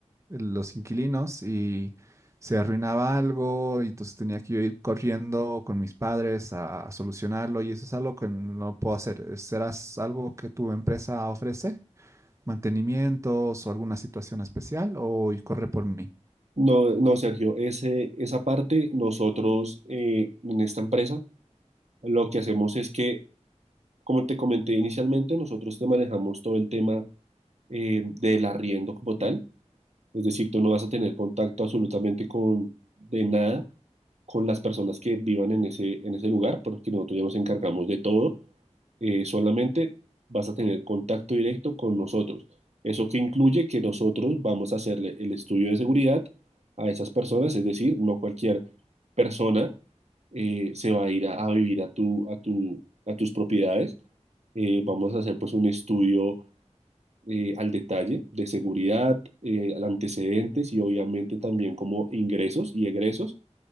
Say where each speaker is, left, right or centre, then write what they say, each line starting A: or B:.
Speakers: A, on the right; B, on the right.
A: los inquilinos y se arruinaba algo y entonces tenía que yo ir corriendo con mis padres a, a solucionarlo y eso es algo que no puedo hacer. ¿Serás algo que tu empresa ofrece? ¿Mantenimientos o alguna situación especial o y corre por mí?
B: No, no, Sergio, ese, esa parte nosotros eh, en esta empresa Lo que hacemos es que, como te comenté inicialmente, nosotros te manejamos todo el tema eh, del arriendo como tal. Es decir, tú no vas a tener contacto absolutamente con, de nada con las personas que vivan en ese, en ese lugar, porque nosotros ya nos encargamos de todo. Eh, solamente vas a tener contacto directo con nosotros. Eso que incluye que nosotros vamos a hacerle el estudio de seguridad a esas personas, es decir, no cualquier persona eh, se va a ir a, a vivir a tu, a tu, a tus propiedades. Eh, vamos a hacer pues un estudio eh, al detalle de seguridad, eh, antecedentes y obviamente también como ingresos y egresos